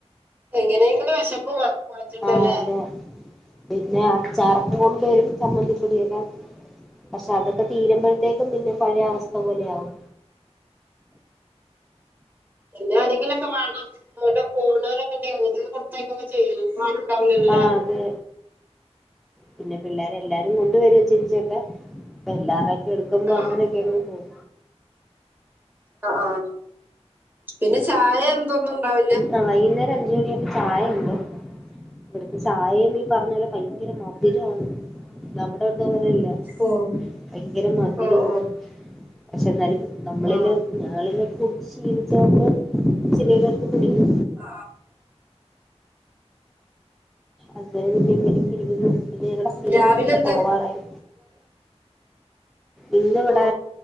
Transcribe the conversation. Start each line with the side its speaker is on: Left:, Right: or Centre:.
Right: എങ്ങനെയ്ങ്കിലും വെശപ്പ് മാ മാറ്റണ്ടല്ലേ
Centre: ആഹ് അതെ പിന്നെ അച്ചാറ്ക്കെ കൊണ്ടുവരും ചമ്മന്തിപ്പൊടിയെക്കെ പക്ഷെ അതൊക്കെ തീരുംമ്പഴത്തേ ക്കും പിന്നെ പഴയെ അവസ്ഥ പോലെയാവും
Right: പിന്നെ ആരെങ്കിലൊക്കെ വാണം <unintelligible> പോണോരെ <unintelligible> കൊട്ത്തയ്ക്കുക്കെ ചെയ്യും പ്പ ആരുംണ്ടാവൂലല്ലല്ലോ
Centre: ആ
Right: ലേ
Centre: അതെ പിന്നെ പിള്ളേരെ എല്ലാരും കൊണ്ട് വരും ഇച്ചിരി ച്ചെക്കെ ഇപ്പൊ എല്ലാവര്ടെ എടുക്കുമ്പോ
Right: ആ
Centre: അങ്ങനൊയെക്കെങ്ങ് പോവും
Right: ആഹ് ആഹ് പിന്നെ ചായ എന്തൊന്നും ണ്ടാവില്ല
Centre: ആഹ് വൈകുന്നേരം അഞ്ച് മണിയായ്പ്പ ചായ ഇണ്ട് ഇവിട്ത്തെ ചായീം ഈ പർഞ്ഞ പോലെ ഭയങ്കര മ ധുരാണ് നമ്മടെ അവിട്ത്തെ പോലെല്ല
Right: ഓ
Centre: ഭയങ്കര മധുരൂം
Right: ഓ ഓ
Centre: പക്ഷെ എന്നാലും നമ്മളില്
Right: ആ
Centre: ഞങ്ങളില് കുട്ച്ച് ശീലിച്ചോണ്ട് ചെറിയെരു പ്പ കുടിക്കും
Right: ആഹ്
Centre: അങ്ങനെ ഇങ്ങനെ ഒക്കെ ഇരിക്കുന്നു പിന്നെ ഞങ്ങളുടെ സീനിയേഴ്സൊക്കെ
Right: രാവിലെ എന്താ
Centre: പോവാറായി ഇന്നിവിടെ
Right: ഓ